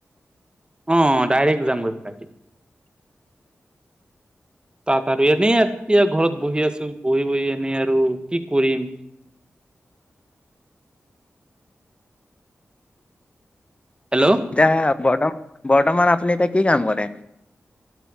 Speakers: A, on the right; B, on the left.
A: অ ডাইৰেক্ট যাম গৈ ফ্লাইটেদি তাত আৰু এনেই এতিয়া ঘৰত বহি আছো বহি বহি এনেই আৰু কি কৰিম হেল্ল'
B: এতিয়া বৰ্ত বৰ্তমান আপুনি এতিয়া কি কাম কৰে